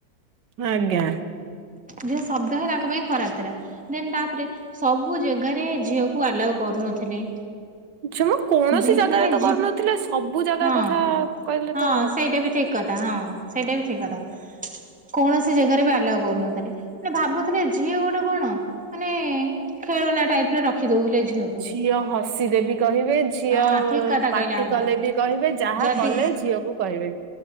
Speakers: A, on the right; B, in the centre.
A: ଆଜ୍ଞା।
B: ଝିଅ ଶବ୍ଦ ହିଁ ତାଙ୍କ ପାଇଁ ଖରାପ ଥିଲା। ଦେନ ତାପରେ ସବୁ ଜାଗାରେ ଝିଅକୁ ଆଲାଉ କରୁନଥିଲେ।
A: ଜ କୌଣସି
B: ଝି
A: ଜାଗାରେ
B: ମାନେ
A: ତ
B: ଝି
A: କରୁନଥିଲେ ସବୁ ଜାଗା
B: ହଁ
A: କଥା କହିଲେ
B: ହଁ
A: ତ।
B: ସେଇଟା ବି ଠିକ କଥା ହଁ ସେଇଟା ବି ଠିକ୍ କଥା। କୌଣସି ଜାଗାରେ ବି ଆଲାଉ କରୁନଥିଲେ ମାନେ ଭାବୁଥିଲେ ଝିଅ ଗୋଟେ କଣ? ମାନେ ଖେଳନା ଟାଇପ ର ରଖି ଦଉଥିଲେ ଝିଅକୁ
A: ଝିଅ ହସିଲେ ବି କହିବେ ଝିଅ
B: ହଁ ଠିକ କଥା କହିଲେ
A: ପାଟି
B: ଆପଣ
A: କଲେ ବି କହିବେ ଯାହା
B: ଯଦି
A: କଲେ ଝିଅକୁ କହିବେ।